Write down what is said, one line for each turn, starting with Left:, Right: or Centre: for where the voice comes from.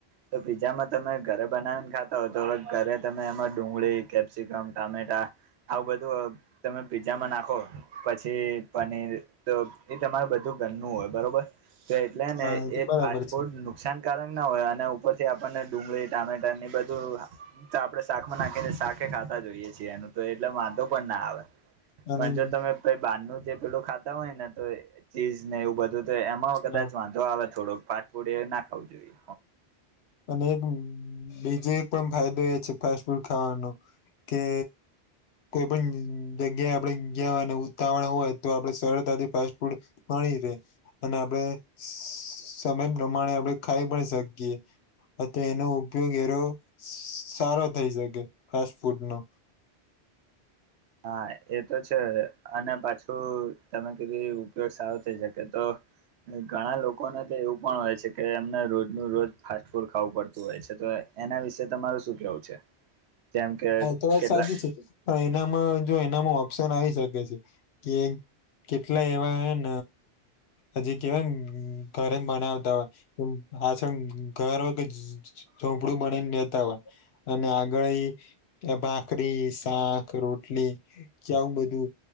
Right: તો પીઝામાં તમે ઘરે બનાવીને ખાતા હોય તો હવે ધરે તમે એમાં ડુંગળી કેપ્સિકમ ટામેટા આવું બધું તમે પીઝામાં નાખો પછી પનીર તો એ તમારું બધું ઘરનું હોય બરોબર તો એટલે ને
Left: હા તો
Right: એ
Left: બરાબર
Right: ફાસ્ટ ફૂડ
Left: છે
Right: નુકસાન કારક ના હોય અને ઉપરથી આપણને ડુંગળી ટામેટા ને બધું તો આપણે શાક માં નાખીને શાકે ખાતા જ હોઈએ છીએ એનું તો એટલે વાંધો પણ ના આવે પણ
Left: અને
Right: જો તમે કઈ બહારનું જે પેલું ખાતા હોય ને તો ચીઝ ને એવું બધું તો એમાં કદાચ
Left: હા
Right: વાંધો આવે થોડોક ફાસ્ટ ફૂડ એ ના ખાવું જોઈએ.
Left: અને એક બીજો એક પણ ફાયદો એ છે ફાસ્ટ ફૂડ ખાવાનો કે કોઈ પણ જગ્યાએ આપણે ગયા હોય ને ઉતાવળ હોય તો આપે સરળતાથી ફાસ્ટ ફૂડ મળી રે અને આપણેે સમય પ્રમાણે આપણેે ખાઈ પણ શકીએ. હ તો એનો ઉપયોગ એરો સારો થઈ શકે ફાસ્ટ ફૂડ નો.
Right: હા એ તો છે અને પાછું તમે કીધું એ ઉપયોગ સારો થઈ શકે તો ઘણા લોકોને તો એવું પણ હોય છે કે એમને રોજનું રોજ ફાસ્ટ ફૂડ ખાવું પડતું હોય છે તો એના વિશે તમારું શું કેવું છે જેમ કે
Left: હા તો વાત
Right: કેટલાક
Left: સાચી છે પણ એનામાં જો એનામાં ઓપ્શન આવી શકે છે કે કેટલા એવા હેન હજી કેવાય ઘરે જ બનાવતા હોય <unintelligible> ઘર હો કે ઝોપડું બનીને નેતા હોય અને આગળ એ ભાખરી શાક રોટલી કે આવું બધું